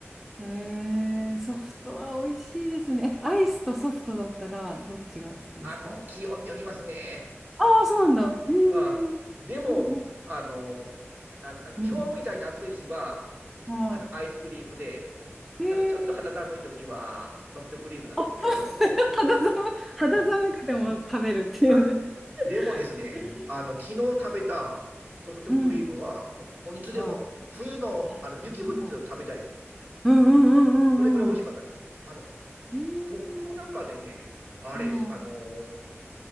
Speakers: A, in the centre; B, on the right.
A: ええ、ソフトは美味しいですね。え、アイスとソフトだったらどっちが好きですか
B: あの、気温によりますね。
A: ああー、そうなんだ。へえ。
B: あ、でも、
A: ほうん
B: あの、なんですかね、
A: うん。
B: 今日みたいな暑い日は、
A: うん。
B: あの、
A: は
B: アイスクリームで、
A: い。へえ。
B: なんかちょっと肌寒い時はソフトクリームなんですけれど、
A: あ、<laughs> 肌寒い、肌寒くても食べるっていうね。
B: うん。あ、でもですね、
A: へえ
B: あの、昨日食べたソフトクリームは、
A: うん。
B: もう、もういつでも、
A: はい。
B: 冬の、
A: あ、
B: あの、雪降ってるの食べたいですよ。
A: そう。うんうんうんうんうん。
B: それぐらい美味しかったです。あの、
A: へえ。
B: 僕の中でね、あれです。
A: はあ。
B: あの、